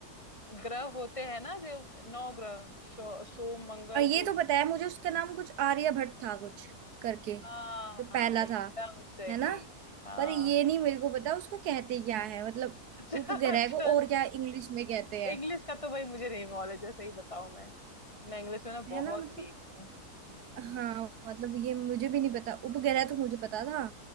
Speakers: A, on the left (about 20°); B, on the right (about 80°).
A: ग्रह होते हैं ना जो नौ ग्रह शो- सोम मंगल
B: और ये
A: बुध
B: तो बताया मुझे उसका नाम कुछ आर्यभट्ट था कुछ करके
A: हाँ
B: जो
A: हाँ
B: पहला
A: एकदम
B: था
A: सही
B: है ना
A: हाँ
B: पर ये नहीं मेरे को पता उसको कहते क्या है मतलब
A: अच्छा
B: उपग्रह
A: अच्छा
B: को और क्या इंग्लिश में कहते हैं
A: इंग्लिश का तो भाई मुझे नहीं नॉलेज है सही बताऊं मैं मैं इंग्लिश में ना
B: है
A: बहुत
B: ना मतलब
A: वीक हूँ हम्म,
B: हाँ मतलब ये मुझे भी नहीं पता उपग्रह तो मुझे पता था